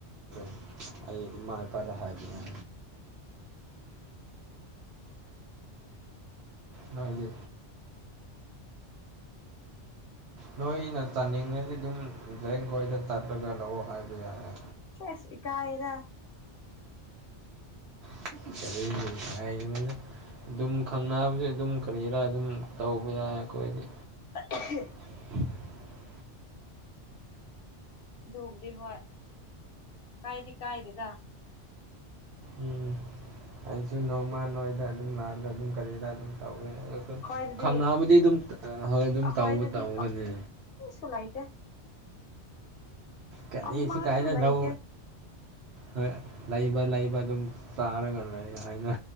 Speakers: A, on the right; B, on the left.
A: <unintelligible> ꯑꯩ ꯏꯃꯥ ꯏꯄꯥꯗ ꯍꯥꯏꯒꯉ ꯅꯨꯏꯗꯤ
B: <inaudible>
A: ꯅꯣꯏꯅ ꯆꯥꯅꯤꯡꯉꯗꯤ ꯑꯗꯨꯝ ꯖꯦꯡ ꯈꯣꯏꯗ ꯆꯠꯂꯒ ꯂꯥꯛꯎ ꯍꯥꯏꯕ ꯌꯥꯔꯦ
B: ꯁꯦꯁ ꯀꯥꯏꯔ
A: <unintelligible> ꯑꯗꯨꯝ ꯈꯪꯅꯕꯁꯨ ꯑꯗꯨꯝ ꯀꯔꯤꯔꯥ ꯑꯗꯨꯝ ꯇꯧꯕ ꯌꯥꯏ ꯑꯩꯈꯣꯏꯗꯤ
B: <inaudible>
A: <inaudible>
B: ꯑꯗꯨꯕꯨꯗꯤ ꯍꯣꯏ ꯀꯥꯏꯗꯤ ꯀꯥꯏꯗꯦꯗ
A: ꯎꯝ ꯑꯩꯁꯨ ꯅꯣꯡꯃ ꯅꯣꯏꯗ ꯑꯗꯨꯝ ꯂꯥꯛꯑꯒ ꯑꯗꯨꯝ ꯀꯂꯦꯖꯥ ꯑꯗꯨꯝ ꯇꯧꯋꯦ
B: ꯑꯩꯈꯣꯏꯗꯗꯤ
A: ꯈꯧꯅꯥꯕꯗꯤ ꯑꯗꯨꯝ ꯍꯣꯏ ꯑꯗꯨꯝ
B: ꯑꯩꯈꯣꯏꯗꯗꯤ
A: ꯇꯧꯕ ꯇꯧꯕꯅꯦ
B: <unintelligible>
A: ꯀꯔꯤꯁꯨ
B: ꯑꯃꯁꯨ
A: ꯀꯥꯏꯗꯦ
B: ꯂꯩꯇꯦ
A: ꯂꯧ ꯍꯣꯏ ꯂꯩꯕ ꯂꯩꯕ ꯑꯗꯨꯝ ꯇꯥꯔꯒ ꯂꯩ ꯍꯥꯏꯅ